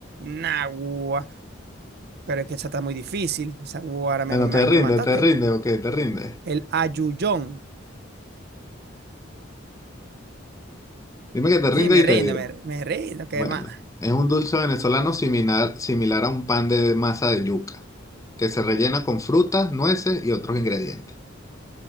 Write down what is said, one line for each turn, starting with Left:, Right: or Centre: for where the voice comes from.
Right: Nah, guau, pero es que esa está muy difícil. Esa, guau, ahora me,
Left: Bueno,
Right: me-
Left: te
Right: ahí
Left: rinde,
Right: me mataste.
Left: te rinde, ok, te rinde.
Right: El ayuyón.
Left: Dime que te rinde
Right: Sí, me
Left: y
Right: rindo,
Left: te digo.
Right: me, me rindo, qué
Left: Bueno,
Right: más.
Left: es un dulce venezolano similar, similar a un pan de masa de yuca, que se rellena con frutas, nueces y otros ingredientes.